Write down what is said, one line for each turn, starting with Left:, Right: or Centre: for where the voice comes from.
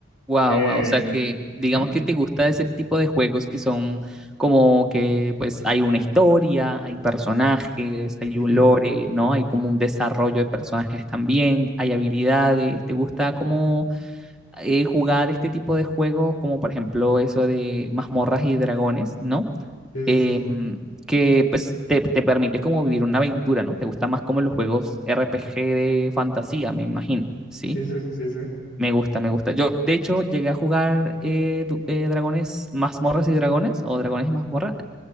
Centre: Wow,
Left: Eh,
Centre: wow, o sea que
Left: ujú,
Centre: digamos que te gusta ese tipo de juegos que son como que pues hay una historia, hay personajes, hay
Left: ujú,
Centre: un lore, ¿no? Hay como un desarrollo de personajes también, hay habilidades, ¿te gusta como eh, jugar este tipo de juegos como por ejemplo eso de mazmorras y dragones, ¿no?
Left: Sí, sí,
Centre: Em,
Left: sí.
Centre: que pues te, te permite como vivir una aventura, ¿no? Te gusta más como los juegos RPG de fantasía, me imagino, ¿sí?
Left: Sí, sí, sí, sí.
Centre: Me gusta, me gusta. Yo, de hecho, llegué a jugar eh, du- eh, Dragones, Mazmorras y Dragones, o Dragones y Mazmorras,